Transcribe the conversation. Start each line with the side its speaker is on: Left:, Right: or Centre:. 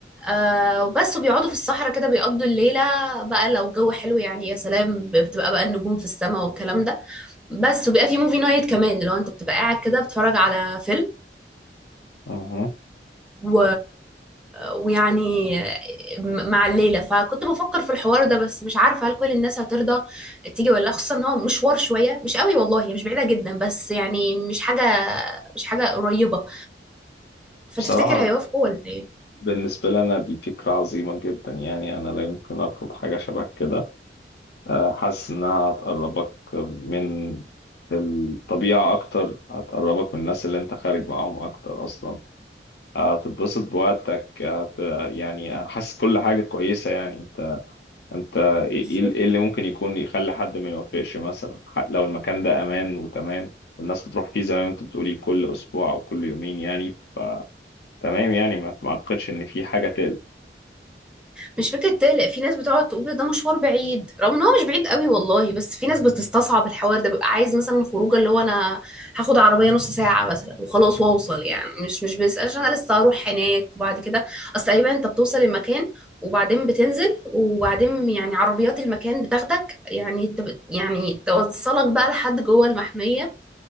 Centre: آه بس وبيقعدوا في الصحراء كده بيقضوا الليلة بقى لو الجو حلو يعني يا سلام بتبقى بقى النجوم في السماء والكلام ده بس وبيبقى في موفي نايت كمان لو انت بتبقى قاعد كده بتتفرج على فيلم
Left: اها
Centre: و... ويعني م- مع الليلة فكنت بفكر في الحوار ده بس مش عارفة هل كل الناس هترضى تيجي ولا لا خصوصا ان هو مشوار شوية مش قوي والله هي مش بعيدة جدا بس يعني مش حاجة مش حاجة قريبة فتفتكر
Left: بصراحة
Centre: هيوافقوا ولا ايه؟
Left: بالنسبة لنا دي فكرة عظيمة جدا يعني أنا لا يمكن أرفض حاجة شبه كده آه، حاسس انها هتقربك من الطبيعة اكتر هتقربك من الناس اللي انت خارج معاهم اكتر اصلا هتتبسط بوقتك هت... يعني حاسس كل حاجة كويسة يعني انت انت ايه
Centre: <laughs>
Left: إيه اللي ممكن يكون يخلي حد ما يوافقش مثلا ح- لو المكان ده امان وتمام الناس بتروح فيه زي ما انت بتقولي كل اسبوع او كل يومين يعني فتمام يعني ما ما اعتقدش ان في حاجة تقلق
Centre: مش فكرة تقلق في ناس بتقعد تقول ده مشوار بعيد رغم ان هو مش بعيد قوي والله بس في ناس بتستصعب الحوار ده ببقى عايز مثلا الخروجه اللي هو انا هاخد عربية نص ساعة مثلا وخلاص واوصل يعني مش مش بيسألش انا لسه هروح هناك وبعد كده اصل تقريبا انت بتوصل المكان وبعدين بتنزل وبعدين يعني عربيات المكان بتاخدك يعني تب- يعني توصلك بقى لحد جوه المحمية